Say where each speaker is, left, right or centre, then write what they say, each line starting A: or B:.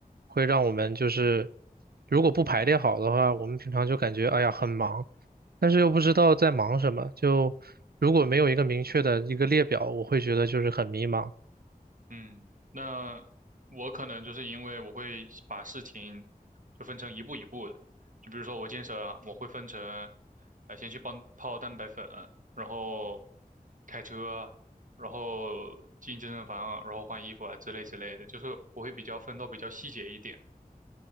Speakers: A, on the right; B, on the right.
A: 会让我们就是如果不排列好的话，我们平常就感觉哎呀很忙，但是又不知道在忙什么，就如果没有一个明确的一个列表，我会觉得就是很迷茫。
B: 嗯，那我可能就是因为我会把事情就分成一步一步的，就比如说我健身啊，我会分成，呃，先去帮泡蛋白粉，然后开车，然后进健身房，然后换衣服啊之类之类的，就是我会比较分到比较细节一点。